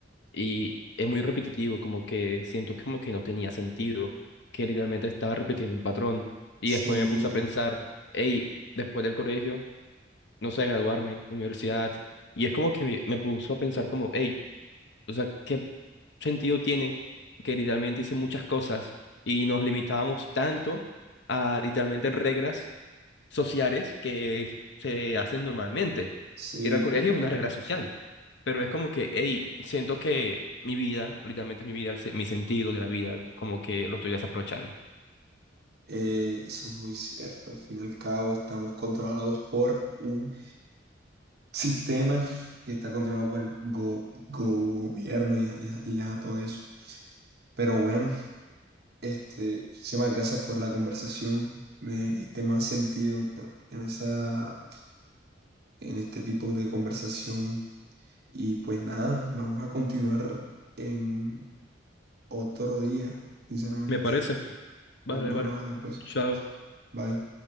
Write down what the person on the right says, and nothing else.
Sí,
sí,
por la
real.
Eh, eso es muy cierto. Al fin y al cabo, estamos controlados por un sistema que está controlado por el go- gobierno y, y- y ya todo eso. Pero bueno, este, muchísimas gracias por la conversación. Me diste más sentido en, en esa, en este tipo de conversación. Y pues nada, vamos a continuar en otro día, sinceramente.
Bueno,
dale pues.
Bye.